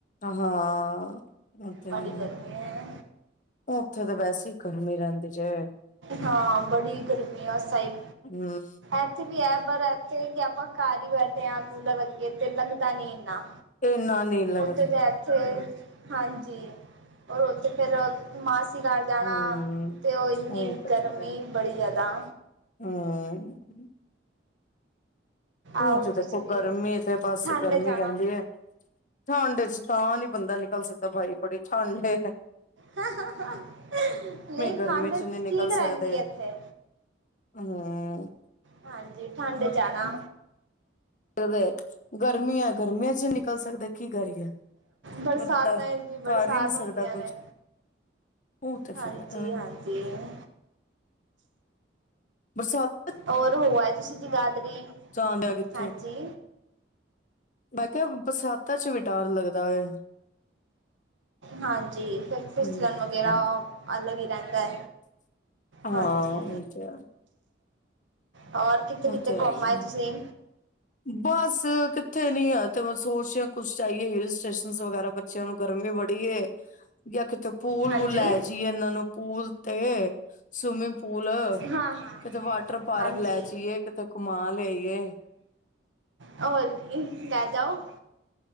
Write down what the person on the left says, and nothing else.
ਹਾਂ ਉਹ ਤੇ ਹੈ
ਹੀ
ਆ,
ਉੱਥੇ ਤਾਂ ਵੈਸੇ ਹੀ ਗਰਮੀ ਰਹਿੰਦੀ ਜੇ
ਹਮ
ਇੰਨਾ ਨੀ ਲੱਗਦਾ
ਹਮ
ਤੇ
ਫਿਰ
ਹਮ ਹੁਣ
ਤੇ
ਦੇਖੋ
ਗਰਮੀ ਤੇ ਬਸ
ਗਰਮੀ
ਰਹਿੰਦੀ ਹੈ ਠੰਡ ਚ ਤਾਂ ਨੀ ਬੰਦਾ ਨਿਕਲ ਸਕਦਾ ਬਾਈ ਬੜੀ ਠੰਡ ਏ
ਗਰਮੀ
ਚ ਨਹੀਂ ਨਿਕਲ
ਸਕਦੇ
ਹਮ
ਦੇ ਗਰਮੀਆਂ ਗਰਮੀਆਂ ਚ ਨਿਕਲ ਸਕਦੇ ਕੀ ਕਰੀਏ
ਬੰਦਾ
ਕਰ ਹੀ ਨਹੀਂ ਸਕਦਾ
ਕੁਛ
ਉਹ ਤੇ ਫਿਰ
ਅ
ਬਰਸਾਤ
ਜਾਂਦਿਆ ਕਿੱਥੇ
ਮੈਂ ਕਿਹਾ ਬਰਸਾਤਾ ਚ ਵੀ ਡਰ ਲੱਗਦਾ ਏ
ਹਮ
ਹਾਂ ਉਹ ਤੇ
ਉਹ
ਤੇ ਹੈ
ਹੀ ਹੈ
ਬਸ ਕਿੱਥੇ ਨੀ ਐ ਤੇ ਬਸ ਸੋਚ ਕੁਛ ਜਾਈਏ ਹਿਲ ਸਟੇਸ਼ਨ ਵਗੈਰਾ ਬੱਚਿਆਂ ਨੂੰ ਗਰਮੀ ਬੜੀ ਏ ਜਾਂ ਕਿਤੇ ਪੂਲ
ਵੂਲ ਲੈ ਜਾਈਏ ਇਹਨਾਂ ਨੂੰ ਪੂਲ ਤੇ ਸੁਮਿਪ ਪੂਲ
ਕਿਤੇ ਵਾਟਰ ਪਾਰਕ
ਲੈ ਜਾਈਏ ਕਿਤੇ ਘੁਮਾ ਲਿਆਈਏ